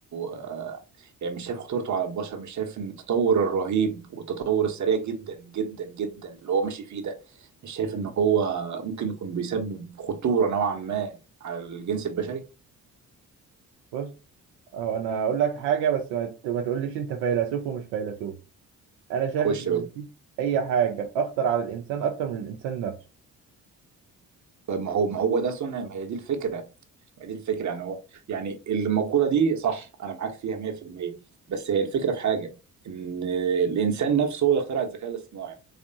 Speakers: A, on the right (about 35°); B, on the right (about 65°).
A: آه يعني مش شايف خطورته على البشر مش شايف ان التطور الرهيب والتطور السريع جدا جدا جدا اللي هو ماشي فيه ده مش شايف ان هو ممكن يكون بيسبب خطورة نوعا ما على الجنس البشري؟
B: بص هو أنا هقول لك حاجة بس ما ت- ما تقوليش أنت فيلسوف ومش فيلسوف أنا شايف
A: خش
B: إن مفيش
A: بس.
B: أي حاجة أخطر على الإنسان أكتر من الإنسان نفسه
A: طيب ما هو ما هو ده سنة ما هي دي الفكرة دي الفكره يعني هو يعني المقوله دي صح انا معاك فيها 100% بس هي الفكره في حاجه ان الانسان نفسه هو يخترع الذكاء الاصطناعي